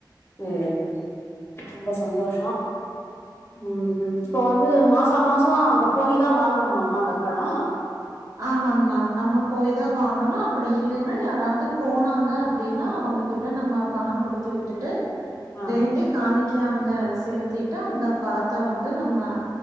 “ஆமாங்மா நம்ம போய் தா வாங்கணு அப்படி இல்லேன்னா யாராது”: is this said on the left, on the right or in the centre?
Right